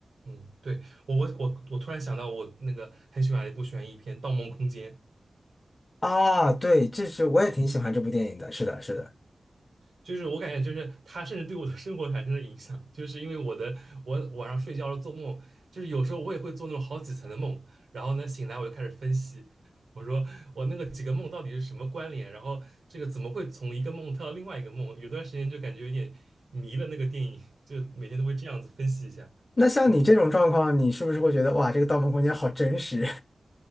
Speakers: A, on the right (about 85°); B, on the left (about 40°).
A: 嗯，对，我我我我突然想到，我那个很喜欢的一部悬疑片《盗梦空间》，
B: 啊。对，这是我也挺喜欢这部电影的，是的，是的。
A: 就是我感觉就是它甚至对我的生活产生了影响，就是因为我的我晚上睡觉了做梦，就是有时候我也会做那种好几层的梦，然后呢醒来我就开始分析，我说我那个几个梦到底是什么关联，然后这个怎么会从一个梦跳到另外一个梦，有段时间就感觉有点迷了那个电影，就每天都会这样子分析一下，
B: 那像你这种状况，
A: 嗯。
B: 你是不是会觉得哇，这个《盗梦空间》好真实？